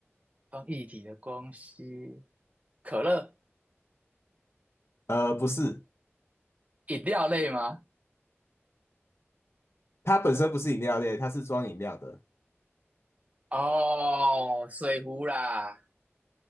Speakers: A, on the right; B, on the left.
A: 关一体的东西，可乐。
B: 呃，不是，
A: 饮料类吗？
B: 它本身不是饮料类，它是装饮料的。
A: 哦，水壶啦，